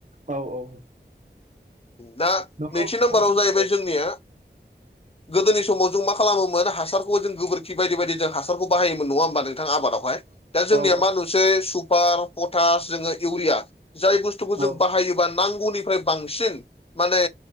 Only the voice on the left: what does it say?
दा
नैथि नाम्बाराव
जाहैबाय जोंनिया गोदोनि समाव जों मा खालामोमोन हासारखौ जों गोबोरखि बायदि बायदि जों हासारखौ बाहायोमोन नङा होमबा नोंथां आबादाव दा जोंनिया
मा नुसै सुपार पटास जोंङो इउरिया जाय बु थुखौ
बाहायोब्ला नांगौनिफ्राय बांसिन माने